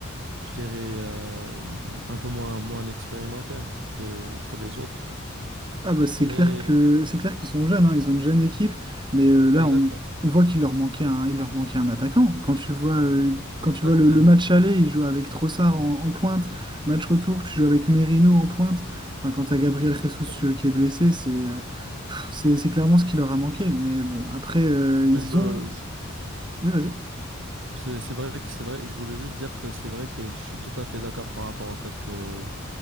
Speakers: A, on the right (about 65°); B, on the right (about 20°).
A: je dirais, euh, un peu moins, moins expérimentée que, que les autres.
B: Ah bah c'est
A: Mais
B: clair que c'est clair qu'ils sont jeunes, hein, ils ont une jeune équipe, mais euh, là
A: exactement,
B: on, on voit qu'il leur manquait un, il leur manquait un attaquant. Quand tu vois, euh,
A: exactement,
B: quand tu vois le, le match aller, ils jouent avec Trossard en, en pointe, match retour, tu joues avec Merino en pointe. Enfin, quand tu as Gabriel
A: exactement.
B: Jesus euh, qui est blessé, c'est euh, pff, c'est c'est clairement ce qui leur a manqué. Mais bon, après euh,
A: Mais
B: ils
A: je,
B: ont. Oui, vas-y.
A: C'est c'est vrai que c'est vrai, je voulais juste dire que c'est vrai que je suis tout à fait d'accord par rapport au fait que,